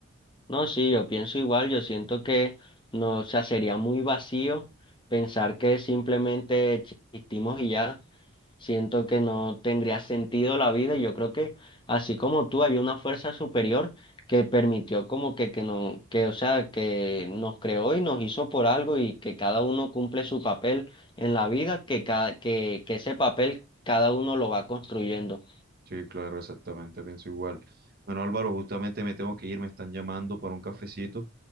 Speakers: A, on the left (about 25°); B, on the right (about 45°).
A: No, sí, yo pienso igual, yo siento que no, o sea, sería muy vacío pensar que simplemente existimos y ya. Siento que no tendría sentido la vida y yo creo que así como tú hay una fuerza superior que permitió como que, que no, que, o sea, que nos creó y nos hizo por algo y que cada uno cumple su papel en la vida, que cada, que, que ese papel cada uno lo va construyendo.
B: Sí, claro, exactamente, pienso igual. Bueno, Álvaro, justamente me tengo que ir, me están llamando para un cafecito.